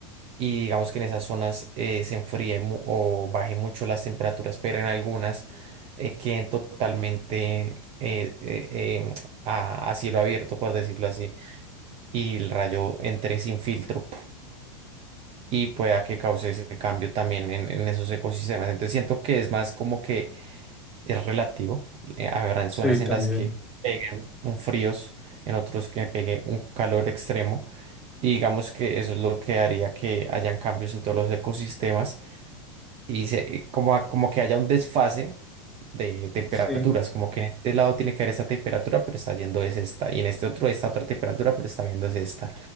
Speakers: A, on the right; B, in the centre.
A: y digamos que en esas zonas eh, se enfríe mu- o baje mucho las temperaturas, pero en algunas eh, queden totalmente eh, eh, em, a, a cielo abierto, por decirlo así, y el rayo entre sin filtro. ¡puf! Y pueda que cause ese cambio también en, en esos ecosistemas. Entonces siento que es más como que es relativo. Eh, Habrán zonas
B: Sí, también.
A: en las que peguen un fríos, en otros que pegue un calor extremo. Y digamos que eso es lo que haría que hayan cambios en todos los ecosistemas y se- eh, como, a- como que haya un desfase de temperaturas,
B: Sí,
A: como que en este lado tiene que haber esta temperatura, pero está yendo es esta, y en este otro esta otra temperatura, pero está viendo es esta.